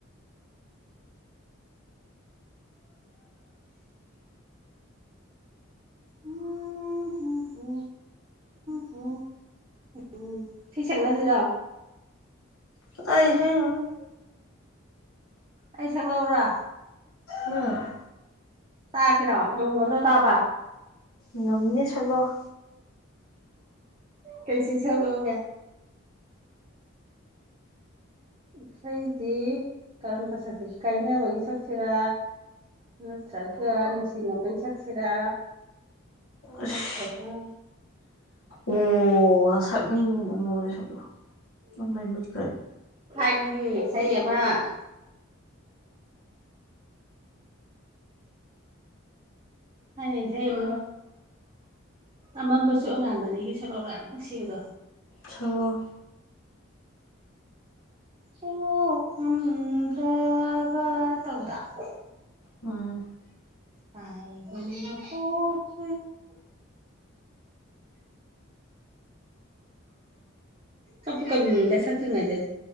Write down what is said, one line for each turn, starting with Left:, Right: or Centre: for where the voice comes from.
Right: ꯑꯣ ꯍꯣ ꯍꯣ <inaudible> ꯏꯁꯩ ꯁꯛꯅꯁꯤꯔꯣ
Left: ꯀꯥꯗꯥꯏ ꯏꯁꯩꯅꯣꯗ
Right: ꯑꯩ ꯁꯛꯂꯛꯎꯔꯥ
Left: ꯎꯝ
Right: ꯇꯒꯤꯔꯣ ꯉꯝꯒꯗ꯭ꯔꯣ ꯇꯥꯕ
Left: ꯉꯝꯅꯤ ꯁꯛꯂꯛꯑꯣ
Right: ꯀꯩ ꯢꯁꯩ ꯁꯥꯛꯂꯛꯎꯒꯦ ꯢꯁꯩꯁꯤ ꯀꯔꯝꯕꯒꯤ ꯁꯛꯁꯤꯔ ꯀꯥꯏꯅꯕꯒꯤ ꯁꯛꯁꯤꯔ ꯅꯠꯇ꯭ꯔꯥꯒ ꯅꯨꯡꯁꯤꯅꯕꯒꯤ ꯁꯥꯛꯁꯤꯔꯥ
Left: ꯑꯁ
Right: ꯅꯠꯇ꯭ꯔꯒ
Left: ꯑꯣ ꯁꯛꯅꯤꯡꯕ ꯃꯑꯣꯡꯗ ꯁꯥꯛꯂꯛꯑꯣ ꯃꯩ ꯃꯨꯠꯈꯔꯦ
Right: ꯊꯥꯢꯅꯒꯤ ꯏꯁꯩ ꯑꯃꯃ ꯊꯥꯏꯅꯩ ꯢꯁꯩ ꯑꯃ ꯑꯃꯝꯕꯁꯨ ꯑꯉꯥꯟꯕꯅꯤꯒꯤ ꯁꯥꯛꯂꯛꯎꯔ ꯌꯥꯝ ꯅꯨꯡꯁꯤꯕꯗꯣ
Left: ꯁꯥꯛꯂꯛꯑꯣ
Right: ꯀꯥꯎꯉꯝꯗ꯭ꯔꯕ ꯇꯧꯕꯗꯣ
Left: ꯎꯝ
Right: ꯇꯥꯏꯒꯀꯣ <inaudible> ꯀꯞꯄꯨ ꯀꯥꯞꯅꯤꯡꯢꯗ ꯁꯛꯇ꯭ꯔꯤꯉꯩꯗꯒꯤ